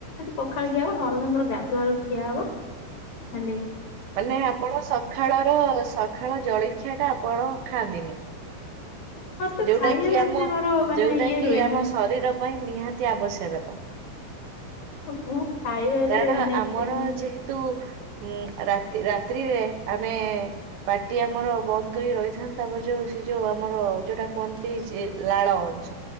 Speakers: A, on the left; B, on the right.
A: ପଖାଳ ଖିଆ ହବ ନହେଲେ ନାଇଁ ମୋର ଗାଧୁଆଳୁ ଖିଆ ହବ ହଲେ
B: ମାନେ ଆପଣ ସକାଳର ସଖାଳ ଜଳଖିଆ ଟା ଆପଣ ଖାଆନ୍ତିନି?
A: ମୋର ତ
B: ଯୋଉଟା
A: ଖାଇବାକୁ
B: କି
A: ଏତେ
B: ଆମ
A: ମୋର ମାନେ
B: ଯୋଉଟା
A: ଇଏ
B: କିି
A: ରୁହେ
B: ଆମ
A: ନା
B: ଶରୀର ପାଇଁ ନିହାତି ଆବଶ୍ୟକତା।
A: ମୁଁ ଖାଇବାରେ
B: କାରଣ
A: ମାନେ ଏତେ
B: ଆମର
A: ଇଏ
B: ଯେହେତୁ ଉଁ ରାତି ରାତ୍ରିରେ ଆମେ ପାଟି ଆମର ବନ୍ଦ କରି ରହିଥାନ୍ତି। ତାପରେ ଯୋଉ ସେ ଯୋଉଁ ଆମର ଯୋଉଟା କୁହନ୍ତି ଲାଳ ଅଂଶ